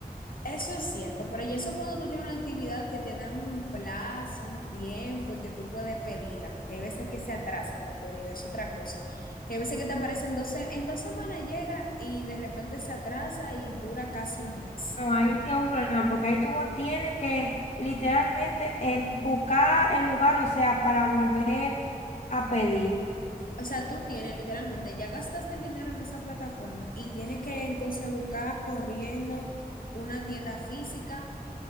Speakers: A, on the left; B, on the left.
A: Eso es cierto, pero y eso cuando tú tienes una actividad que te dan un plazo, un tiempo y que tú puedes pedirla, porque hay veces que se atrasan los pedidos, es otra cosa, que hay veces que te aparecen dos, se- en dos semanas llega y de repente se atrasa y dura casi un mes.
B: No, ahí tiene un problema, porque ahí tú tienes que literalmente eh, buscar el lugar, o sea, para volver a pedir.
A: O sea, tú tienes literalmente, ya gastaste el dinero en esa plataforma y tienes que entonces buscar corriendo una tienda física